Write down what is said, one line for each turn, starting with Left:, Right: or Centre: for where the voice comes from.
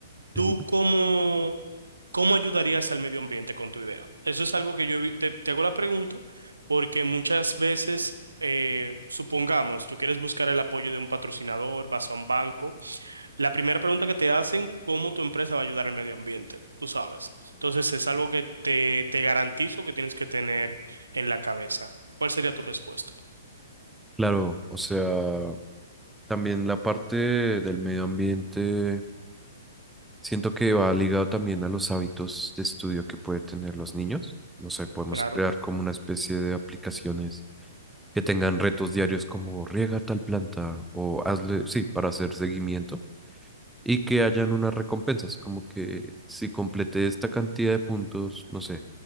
Right: ¿Tú
Centre: Em,
Right: cómo, cómo ayudarías al medio ambiente con tu idea? Eso es algo que yo vi- te, te hago la pregunta porque muchas veces, eh, supongamos, tú quieres buscar el apoyo de un patrocinador, vas a un banco. La primera pregunta que te hacen, ¿cómo tu empresa va a ayudar al medio ambiente? Tú sabes. Entonces es algo que te, te garantizo que tienes que tener en la cabeza. ¿Cuál sería tu respuesta?
Centre: Claro, o sea, también la parte del medio ambiente, siento que va ligado también a los hábitos de estudio que pueden tener los niños. No sé, podemos
Right: Claro.
Centre: crear como una especie de aplicaciones que tengan retos diarios como riega tal planta o hazle, sí, para hacer seguimiento y que hayan unas recompensas, como que si completé esta cantidad de puntos, no sé,